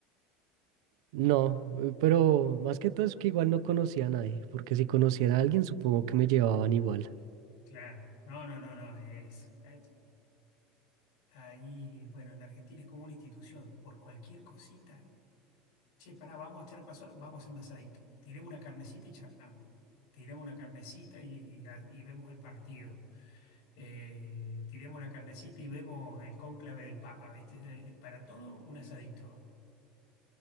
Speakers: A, on the right; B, on the left.
A: No, eh, pero más que todo es que igual no conocía a nadie, porque si conociera a alguien supongo que me llevaban igual.
B: claro. No, no, no, no, es, es- ahí, bueno, en Argentina es como una institución, por cualquier cosita Che, pará, vamos a echar a paso, vamos a hacer un asadito. Tiremos una carnecita y charlamos. Tiremos una carnecita y, y vemos el partido. Eh, tiremos una carnecita y vemos el cónclave del Papa, ¿viste? Eh, Para todo, un asadito.